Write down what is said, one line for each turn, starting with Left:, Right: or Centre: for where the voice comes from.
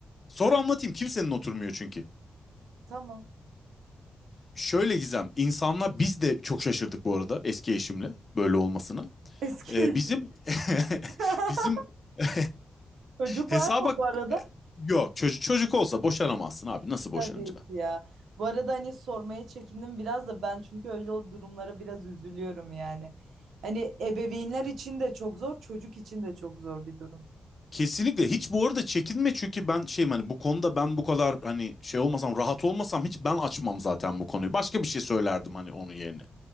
Left: Sor anlatayım kimsenin oturmuyor çünkü.
Right: Tamam.
Left: Şöyle Gizem, insanlar biz de çok şaşırdık bu arada eski eşimle böyle olmasını.
Right: Eski
Left: Ee,
Right: eşim.
Left: bizim <laughs>
Right: <laughs>
Left: bizim <laughs>
Right: Çocuk
Left: hesaba
Right: var mı bu arada?
Left: yok. Çocuk, çocuk olsa boşanamazsın abi. Nasıl boşanacaksın?
Right: Tabii ki ya. Bu arada hani sormaya çekindim biraz da ben çünkü öyle o durumlara biraz üzülüyorum yani. Hani ebeveynler için de çok zor, çocuk için de çok zor bir durum.
Left: Kesinlikle hiç bu arada çekinme çünkü ben şeyim hani bu konuda ben bu kadar hani şey olmasam rahat olmasam hiç ben açmam zaten bu konuyu. Başka bir şey söylerdim hani onun yerine.